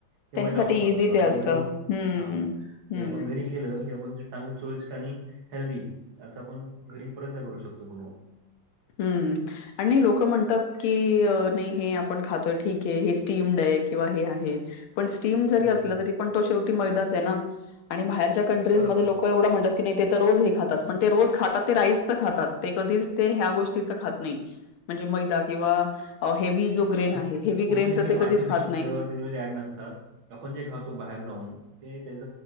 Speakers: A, on the right; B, on the left.
A: ते
B: त्यांच्यासाठी
A: मैदा वापरतात,
B: इझी
A: आपणास
B: ते असतं
A: घरी
B: हम्म
A: हा
B: हम्म
A: जर आपण घरी केलं की आपण ते चांगल चविष्ट आणि हेल्दी असं आपण घरी प्रयत्न करू शकतो बनवून
B: हम्म. आणि नाही लोक म्हणतात की नाही हे आपण खातोय ठीक आहे. हे स्टीम्ड आहे किंवा हे आहे पण स्टीम जरी
A: हं.
B: असल तरी पण तो शेवटी मैदाच आहे ना आणि बाहेरच्या कंट्रीज
A: बरोबर
B: मध्ये लोक
A: आहे.
B: एवढं म्हणतात की नाही ते तर रोज हे खातात, पण ते रोज खातात ते राईसच खातात ते कधीच ते ह्या गोष्टी चुकीचं खात नाही, म्हणजे मैदा किंवा हेवी जो ग्रेन
A: आणि
B: आहे हेवी
A: कुठलेही
B: ग्रेन
A: आर्टिफिशियल
B: ते कधीच खात नाही.
A: फ्लेवर त्याच्यामध्ये ऍड नसतात, आपण जे खातो बाहेर जाऊन ते त्याच